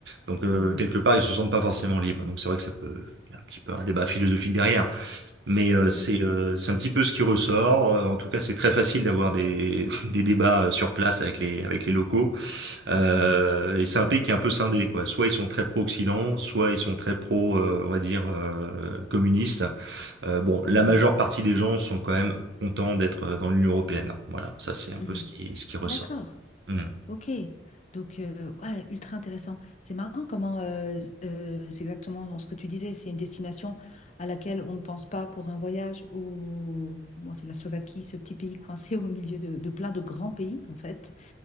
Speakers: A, on the right; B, on the left.
A: Donc euh,
B: mhm,
A: quelque part, ils se sentent pas forcément libres. Donc c'est vrai que ça peut, il y a un petit peu un débat philosophique derrière, mais euh,
B: mhm,
A: c'est euh, c'est un petit peu ce qui ressort. Euh, en tout cas, c'est très facile d'avoir des <laughs> des débats euh, sur place avec les avec les locaux. Euh,
B: mhm, mhm,
A: et c'est un pays qui est un peu scindé, quoi. Soit ils sont très pro-Occident, soit ils sont très pro, euh, on va dire, euh, communistes. Euh, bon, la
B: mhm,
A: majeure partie des gens sont quand même contents d'être euh, dans l'Union européenne. Voilà, ça c'est un
B: mhm.
A: peu ce qui ce qui ressort.
B: D'accord.
A: Mm.
B: Ok, donc euh, ouais, ultra intéressant. C'est marrant comment euh, euh, c'est exactement ce que tu disais, c'est une destination à laquelle on ne pense pas pour un voyage ou moi, la Slovaquie, ce petit pays coincé au milieu de, de plein de grands pays en fait.